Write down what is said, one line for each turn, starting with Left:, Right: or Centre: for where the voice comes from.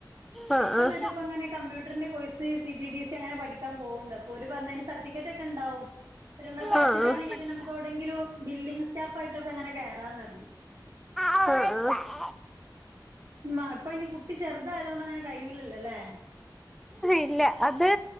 Centre: ആഹ്
Right: ഇപ്പ ന്നട്ടിപ്പോ ങ്ങനെ കമ്പ്യൂട്ടറിന്റെ course C T T C അങ്ങനെ പഠിക്കാൻ പോക്ണ്ട്, അപ്പോ ഓര് പറഞ്ഞയ്ന്റെസർട്ടിഫിക്കറ്റ് ഒക്കെ ഉണ്ടാവും. പഠിച്ചിട്ടാണെങ്കിൽ
Centre: ആഹ് ആഹ് ആഹ്
Right: ഇത് നമുക്ക് എവിടെങ്കിലും ബില്ലിങ് സ്റ്റാഫ് ആയിട്ടൊക്കെ അങ്ങനെ കേറാന്ന് പറഞ്ഞ്.
Centre: <unintelligible>
Right: മാ പ്പോന്റെ കുട്ടി ചെറുതയതൊണ്ട് അങ്ങനെ കഴിയൂലല്ലോല്ലേ?
Centre: ഇല്ല അത്